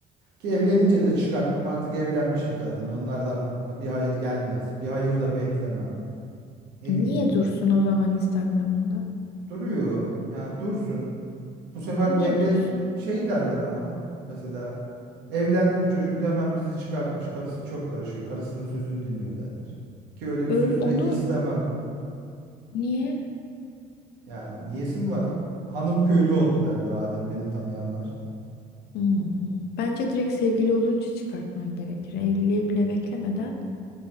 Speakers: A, on the right (about 80°); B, on the left (about 70°).
A: Ki evlenince
B: Hmm.
A: de çıkartmam artık evlenmişim zaten. Onlardan bir hayır gelmez. Bir hayır da beklemem. Ne
B: Niye
A: bileyim.
B: dursun o zaman Instagram'ında?
A: Duruyor. Yani dursun. Bu sefer
B: Niye
A: evle
B: dursun?
A: şey derler ama mesela evlendi bu çocuk da hemen bizi çıkartmış. Karısı çok karışıyor. Karısının sözünü dinliyor derler. Ki öyle
B: Öyle,
A: bir sözü
B: onu
A: de istemem.
B: niye?
A: Yani niyesi mi var? Hanım köylü oldu derler Adem beni tanıyanlar.
B: Hmm. Bence direkt sevgili olunca çıkartman gerekir. Evliliği bile beklemeden